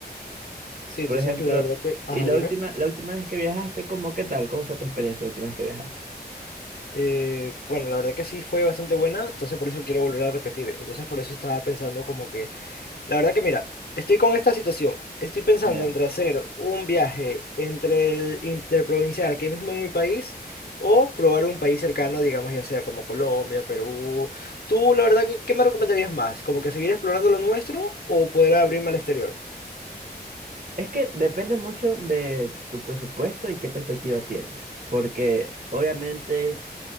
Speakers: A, on the left; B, on the right.
A: Sí, entonces
B: Por ejemplo,
A: la verdad que, ajá,
B: y la
A: dime.
B: última, la última vez que viajaste, ¿cómo qué tal? ¿Cómo fue tu experiencia la última vez que viajaste?
A: Eh, bueno, la verdad que sí fue bastante buena, entonces por eso quiero volver a repetir. Entonces por eso estaba pensando como que... La verdad que mira, estoy con esta situación. Estoy pensando
B: Ya.
A: entre hacer un viaje entre el interprovincial aquí mismo en mi país o probar un país cercano, digamos, ya sea como Colombia, Perú. Tú, la verdad, que, ¿qué me recomendarías más? ¿Como que seguir explorando lo nuestro o poder abrirme al exterior?
B: Es que depende mucho de tu presupuesto y qué perspectiva tienes, porque obviamente